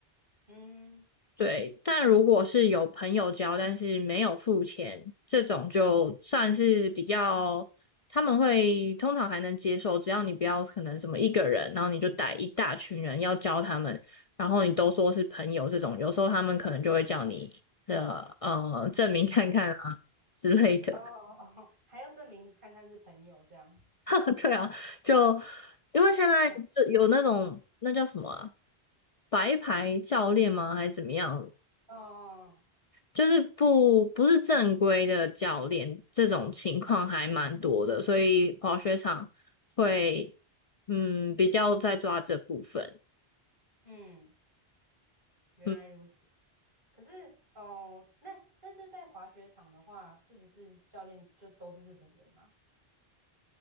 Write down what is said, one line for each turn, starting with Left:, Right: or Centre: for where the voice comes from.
Right: 嗯，
Left: 对，但如果是有朋友教，但是没有付钱，这种就算是比较，他们会通常还能接受，只要你不要可能什么一个人，然后你就带一大群人要教他们，然后你都说是朋友这种，有时候他们可能就会叫你的呃证明看看啊之类的，
Right: 哦哦，哦还要证明看看是朋友这样，
Left: <laughs> 对啊，就因为现在就有那种那叫什么啊，
Right: 太酷。
Left: 白牌教练吗？还是怎么样？
Right: 哦，哦
Left: 就是不不是正规的教练，这种情况还蛮多的，所以滑雪场会嗯比较在抓这部分。
Right: 嗯，原来如此。
Left: 嗯
Right: 可是哦，那但是在滑雪场的话，是不是教练就都是日本人啊？